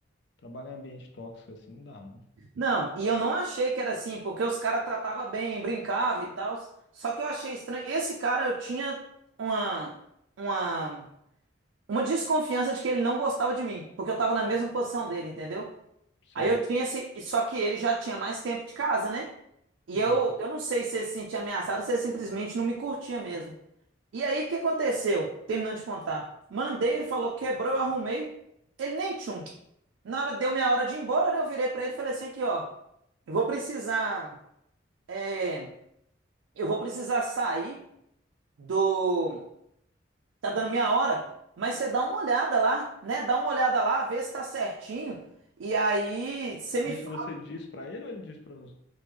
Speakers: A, on the left (about 60°); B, on the right (about 80°).
A: trabalhar em ambiente tóxico assim não dá, não.
B: Não, e eu não achei que era assim, porque os caras tratavam bem, brincavam e tal. Só que eu achei estranho. Esse cara, eu tinha uma, uma, uma desconfiança de que ele não gostava de mim, porque eu tava na mesma posição dele, entendeu?
A: Certo.
B: Aí eu tinha esse. e Só que ele já tinha mais tempo de casa, né? E
A: Uhum.
B: eu, eu não sei se ele se sentia ameaçado ou se ele simplesmente não me curtia mesmo. E aí, o que aconteceu? Terminando de contar. Mandei, ele falou, quebrou, eu arrumei. Ele nem tchum. Na hora, deu minha hora de ir embora, né? Eu virei pra ele e falei assim aqui, ó. Eu vou precisar... é, eu vou precisar sair do... Tá dando minha hora, mas você dá uma olhada lá, né? Dá uma olhada lá, vê se tá certinho. E aí, você me
A: Isso
B: fala.
A: você diz pra ele ou ele diz para você